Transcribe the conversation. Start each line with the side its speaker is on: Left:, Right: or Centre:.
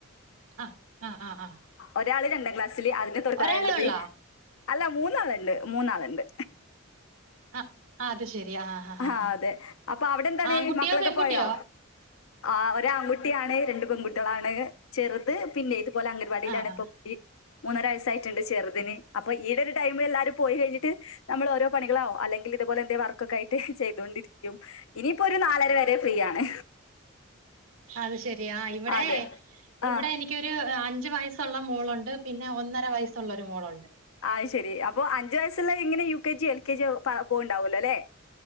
Right: ആഹ് ആഹ് ആഹ് ആഹ്.
Left: ഒരാള് രണ്ടാം ക്ലാസ്സില് അതിന്റെ തൊട്ട്
Right: ഒരാളെ
Left: താഴെയുള്ളത്
Right: ഒള്ളോ?
Left: അല്ല മൂന്നാളുണ്ട് മൂന്നാളുണ്ട്.
Right: അഹ് അത് ശരിയാ ആഹ്. ഹാ ഹാ
Left: ആ
Right: ഹാ
Left: അതെ അപ്പൊ അവിടെ എന്താണ്
Right: ആൺകുട്ടിയോ
Left: മക്കളൊക്കെ
Right: പെൺകുട്ടിയോ?
Left: പോയോ ആ ഒരാൺകുട്ടിയാണ് രണ്ട് പെൺകുട്ടികളാണ് ചെറുത് പിന്നെ ഇതുപോല അംഗൻവാടിയിലാണ്
Right: ആഹ് ആഹ്
Left: ഇപ്പോ ഇ മൂന്നര വയസ്സായിട്ട്ണ്ട് ചെറുതിന് അപ്പൊ ഈയിടെ ഒരു ടൈമിൽ എല്ലാരും പോയി കഴിഞ്ഞിട്ട് നമ്മള് ഓരോ പണികളാവും അല്ലെങ്കിൽ ഇതുപോലെ എന്തേം വർക്ക് ക്കായിട്ട് ചെയ്തൊണ്ടിരിക്കും ഇനിപ്പോ ഒരു നാലര വരെ ഫ്രീ ആണ്
Right: അത് ശരിയാ ഇവിടെ
Left: അതെ ആ
Right: ഇവിടെ എനിക്കൊരു അഞ്ചു വയസ്സുള്ള മോളുണ്ട് പിന്നെ ഒന്നര വയസ്സുള്ള ഒരു മോളുണ്ട്
Left: ആഹ് ശെരി അപ്പൊ അഞ്ചുവയസ്സുള്ള ഇങ്ങനെ U K G, L K G, പോവ്ണ്ടാവല്ലോല്ലെ